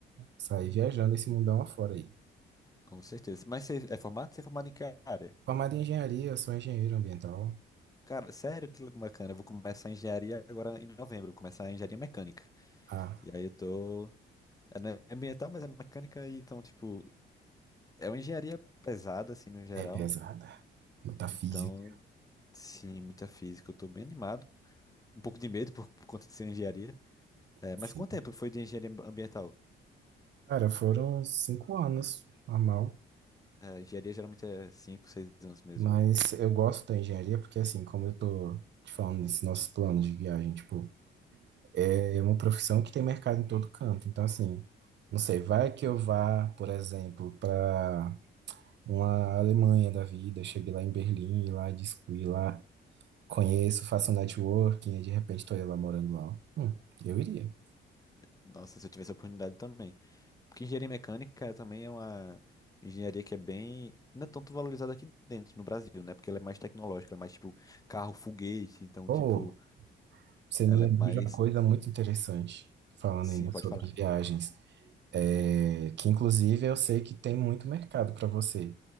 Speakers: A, on the right; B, on the left.
A: Sair viajando esse mundão afora aí.
B: com certeza. Mas você é formado? Você é formado em que área?
A: Formado em engenharia, sou engenheiro ambiental.
B: Cara, sério, que bacana. Eu vou começar a engenharia agora em novembro. Vou começar a engenharia mecânica.
A: Ah,
B: E aí eu tô. é, Não é ambiental, mas é mecânica. e Então, tipo, é uma engenharia pesada, assim, no geral.
A: é pesada. Muita física.
B: Então, sim, muita física. Eu tô bem animado. Um pouco de medo por, por conta de ser engenharia. É,
A: Sim.
B: mas quanto tempo foi de engenharia ambiental?
A: Cara, foram cinco anos, normal.
B: É, engenharia geralmente é 5 6 anos mesmo.
A: Mas eu gosto da engenharia porque, assim, como eu tô te falando desses nossos planos de viagem, tipo, é uma profissão que tem mercado em todo canto. Então, assim, não sei, vai que eu vá, por exemplo, para uma Alemanha da vida, chegue lá em Berlim e lá discuti lá Conheço, faço um networking, e de repente estou ela morando lá. Hum, eu iria.
B: Nossa, se eu tivesse a oportunidade também. Porque engenharia mecânica também é uma engenharia que é bem. Não é tanto valorizada aqui dentro, no Brasil, né? Porque ela é mais tecnológica, ela é mais tipo carro, foguete. Então,
A: Ou
B: tipo,
A: você me
B: ela
A: lembrou
B: é mais.
A: de uma coisa muito interessante, falando
B: Sim,
A: ainda
B: pode
A: sobre
B: falar.
A: viagens, é, que inclusive eu sei que tem muito mercado para você,